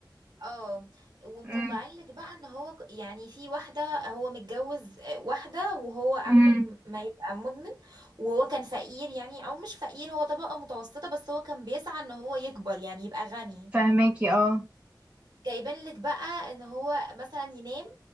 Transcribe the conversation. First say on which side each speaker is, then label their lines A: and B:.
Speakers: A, on the right; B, on the right.
A: اه ومطلعين
B: امم
A: لك بقى ان هو ك- يعني في واحده هو متجوز آه، واحده وهو قبل
B: امم
A: م- ما يبقى مدمن وهو كان فقير يعني او مش فقير هو طبقه متوسطه بس هو كان بيسعى ان هو يكبر يعني يبقى غني
B: فهماكي اه
A: جايبين لك بقى ان هو مثلا ينام